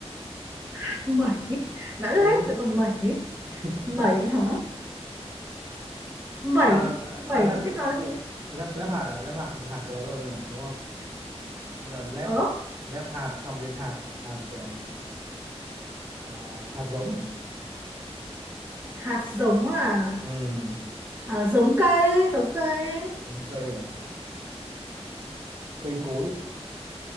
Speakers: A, on the right; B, on the right.
A: À, mẩy đã
B: ừ
A: lép rồi còn mẩy
B: ok
A: mẩy hả mẩy
B: à,
A: thì- mẩy
B: à lab
A: thì biết nói gì
B: lab lab hạt à lab hạt thì chỉ hạt đó rồi nhỉ đúng không là lab
A: ớ
B: lab hạt xong đến hạt hạt ờ, à, hạt giống
A: hạt giống à,
B: ừ
A: à giống cây giống cây
B: giống cây à cây cối